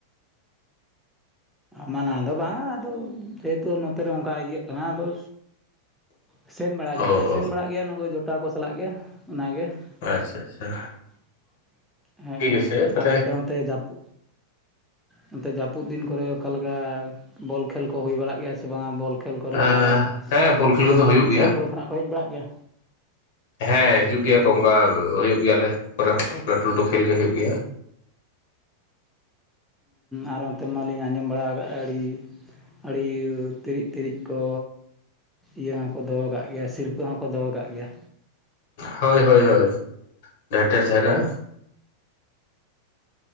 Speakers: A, in the centre; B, on the left (about 50°).
A: ᱢᱟᱱᱟᱣ ᱫᱚ ᱵᱟᱝ ᱟᱫᱚ ᱡᱮᱦᱮᱛᱩ ᱱᱚᱛᱮᱨᱮ ᱚᱱᱠᱟ ᱤᱭᱟᱹᱜ ᱠᱟᱱᱟ ᱟᱫᱚ ᱥᱮᱱ ᱵᱟᱲᱟᱜᱮ ᱱᱟᱦᱟᱜ
B: ᱚ
A: ᱞᱮ ᱥᱮᱱ
B: ᱚ
A: ᱵᱟᱲᱟᱜ ᱜᱮᱭᱟ ᱚᱱᱟ ᱠᱚ ᱡᱚᱴᱟᱣ ᱠᱚ ᱥᱟᱞᱟᱜ ᱜᱮ ᱚᱱᱟᱜᱮ᱾
B: ᱟᱪᱪᱷᱟ ᱟᱪᱪᱷᱟ
A: <inaudible> ᱦᱮᱸ
B: ᱴᱷᱤᱠ ᱟᱪᱷᱮ ᱛᱟᱦᱚᱞᱮ
A: ᱟᱨ ᱟᱯᱮ ᱚᱱᱛᱮ ᱡᱟᱹᱯᱩᱫ ᱱᱚᱛᱮ ᱡᱟᱹᱯᱩᱫ ᱫᱤᱱ ᱠᱚᱨᱮ ᱚᱠᱟᱞᱮᱠᱟ ᱵᱚᱞ ᱠᱷᱮᱞ ᱠᱚ ᱦᱩᱭ ᱵᱟᱲᱟᱜ ᱜᱮᱭᱟ ᱥᱮ ᱵᱟᱝᱟ ᱵᱚᱞ ᱠᱷᱮᱞ ᱠᱚᱨᱮ
B: ᱟᱸ
A: ᱚᱠᱟ
B: ᱦᱮᱸ ᱵᱚᱞ ᱠᱷᱮᱞ
A: ᱡᱷᱟᱹᱞ
B: ᱠᱚᱫᱚ
A: ᱡᱷᱟᱹᱞ
B: ᱦᱩᱭᱩᱜ
A: ᱫᱤᱥᱚᱢ
B: ᱜᱮᱭᱟ
A: ᱠᱚᱨᱮ ᱠᱷᱚᱱᱟᱜ ᱠᱚ ᱦᱮᱡ ᱵᱟᱲᱟᱜ ᱜᱮᱭᱟ?
B: ᱦᱮᱸ ᱦᱤᱡᱩᱜ ᱜᱮᱭᱟ ᱠᱚ ᱚᱱᱠᱟ ᱦᱳᱭᱳᱜ ᱜᱮᱭᱟ᱾ <unintelligible> ᱦᱚᱸ ᱞᱟᱹᱴᱩ ᱞᱟᱹᱴᱩ ᱠᱷᱮᱞ ᱜᱮ ᱦᱩᱭᱩᱜ ᱜᱮᱭᱟ᱾
A: ᱟᱨ ᱚᱱᱛᱮ ᱢᱟᱞᱤᱧ ᱟᱸᱡᱚᱢ ᱵᱟᱲᱟ ᱠᱟᱜᱼᱟ ᱟᱹᱰᱤ ᱟᱹᱰᱤ ᱛᱤᱨᱤᱡ ᱛᱤᱨᱤᱡ ᱠᱚ ᱤᱭᱟᱹ ᱦᱚᱸᱠᱚ ᱫᱚᱦᱚ ᱟᱠᱟᱜ ᱜᱮᱭᱟ ᱥᱤᱨᱯᱟᱹ ᱦᱚᱸᱠᱚ ᱫᱚᱦᱚ ᱟᱠᱟᱜ ᱜᱮᱭᱟ
B: ᱦᱳᱭ ᱦᱳᱭ ᱦᱳᱭ <unintelligible> ᱰᱷᱮᱨ ᱰᱷᱮᱨ ᱛᱟᱦᱮᱱᱟ